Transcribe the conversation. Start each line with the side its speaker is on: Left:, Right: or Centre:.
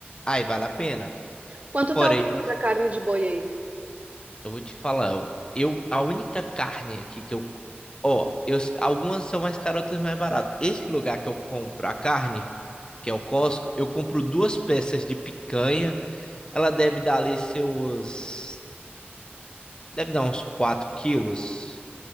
Left: aí vale a pena.
Right: Quanto
Left: Fora
Right: tá o
Left: isso,
Right: quilo da carne de boi aí?
Left: eu vou te falar, eu a única carne aqui que eu, ó, eu algumas são mais caras, outras mais baratas. Esse lugar que eu compro a carne, que é o Costco, eu compro duas peças de picanha, ela deve dar ali seus, deve dar uns quatro quilos.